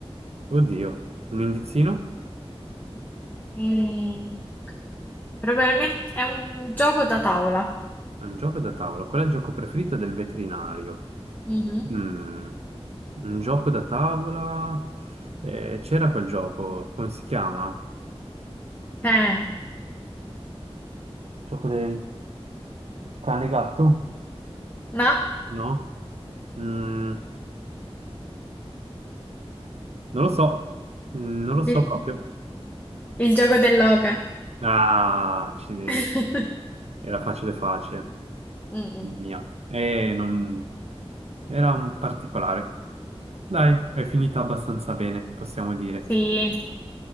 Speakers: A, on the right; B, on the left.
A: oddio, un indizino?
B: Mm, probabilmente è un gioco da tavola.
A: È Un gioco da tavola. Qual è il gioco preferito del veterinario?
B: Mhm.
A: Mm, un gioco da tavola? Eh, c'era quel gioco, come si chiama?
B: Eh,
A: Gioco del cane gatto?
B: no,
A: No? Mm, non lo so, Mm, non lo so
B: il,
A: proprio.
B: il gioco dell'oca.
A: Ah, accidenti.
B: <laughs>
A: Era facile facile.
B: Mm, mm.
A: Mia. E non... Era un particolare. Dai, è finita abbastanza bene, possiamo dire.
B: Sì,